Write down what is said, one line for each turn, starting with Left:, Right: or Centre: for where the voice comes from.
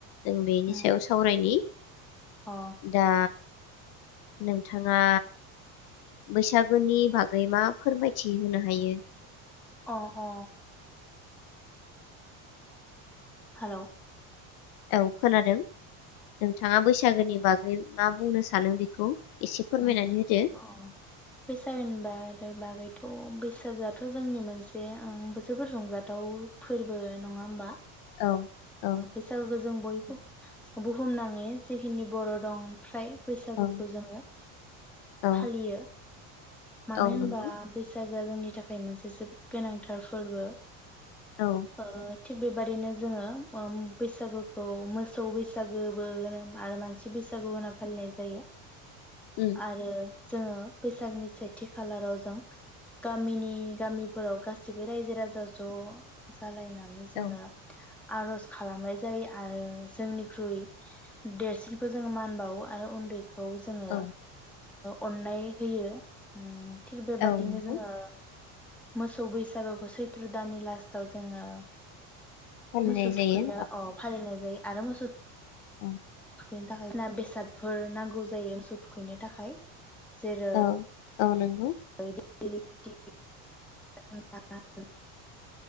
Left: जों बेनि
Centre: उम
Left: सायाव सावरायनि
Centre: अ
Left: दा नोंथाङा बैसागुनि बागै मा फोरमायथि होनो हायो
Centre: अ अ हेल'
Left: औ खोनादों नोंथाङा बैसागोनि बागै मा बुंनो सानो बेखौ एसे फोरमायनानै
Centre: उ
Left: होदो
Centre: अ बैसागो होनबा बागैथ' बैसागोआथ' जोंनि मोनसे जोबोर रंजाथाव फोरबो नङा होमबा
Left: औ औ
Centre: बैसागोखौ जों बयबो बुहुमनाङै जेखिनि बर' दं ओमफ्राय बैसागुखौ
Left: औ
Centre: जोङो
Left: औ
Centre: फालियो मानो
Left: औ
Centre: होनबा
Left: नंगौ
Centre: बैसाग आ जोंनि थाखाय मोनसे जोबोद गोनांथार फोरबो
Left: औ
Centre: ओ थिग बेबादिनो जोङो बैसागुखौ मोसौ बैसागोबो होनोम आरो मानसि बैसागु होना फालिनाय जायो
Left: उम
Centre: आरो जोङो बैसागनि सेथि खालाराव जों गामिनि गामिफोराव गासैबो रायजो राजा ज' जालायनानै जोङो
Left: औ
Centre: आर'ज खालामनाय जायो आरो जोंनिख्रुइ देरसिनखौ जोंङो मान बावो आरो उन्दै खौ जोङो
Left: औ
Centre: अननाय होयो थिग बेबायदिनो
Left: औ नंगौ
Centre: जोङो मोसौ बैसागोखौ सैत्र' दाननि लास्टाव जोङो।
Left: फालिनाय
Centre: मोसौ
Left: जायो
Centre: थुखैनो अ फालिनाय जायो। आरो मोसौ
Left: अ
Centre: थुखैनो थाखाय बेसादफोर नांगौ जायो मोसौ थु थुखैनो थाखाय। जेरै
Left: औ औ नंगौ।
Centre: बेबायदि। <unintelligible>